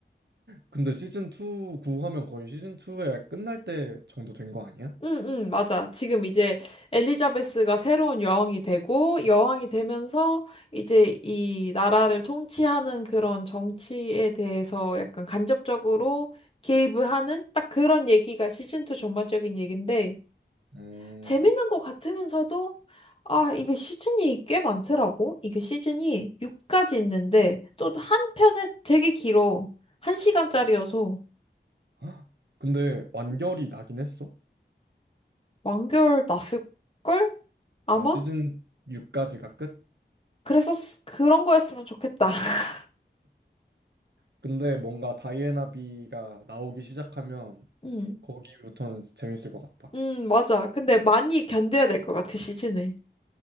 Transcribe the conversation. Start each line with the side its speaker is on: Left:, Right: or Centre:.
Right: 근데 시즌 2 구하면 거의 시즌 2에 끝날 때 정도 된 거 아니야?
Left: 응, 응, 맞아. 지금 이제 엘리자베스가 새로운 여왕이 되고, 여왕이 되면서 이제 이 나라를 통치하는 그런 정치에 대해서 약간 간접적으로 개입을 하는 딱 그런 얘기가 시즌2 전반적인 얘기인데,
Right: 음.
Left: 재밌는 것 같으면서도, 아, 이게 시즌이 꽤 많더라고. 이게 시즌이 6까지 있는데, 또 한 편에 되게 길어. 한시간짜리여서
Right: 헉, 근데 완결이 나긴 했어.
Left: 완결 났을걸? 아마?
Right: 아, 시즌 6까지가 끝?
Left: 그랬었, 그런 거였으면 좋겠다. <laughs>
Right: 근데 뭔가 다이애나비가 나오기 시작하면
Left: 응.
Right: 거기부터는 재밌을 것 같다.
Left: 응, 맞아. 근데 많이 견뎌야 될 것 같아, 시즌에.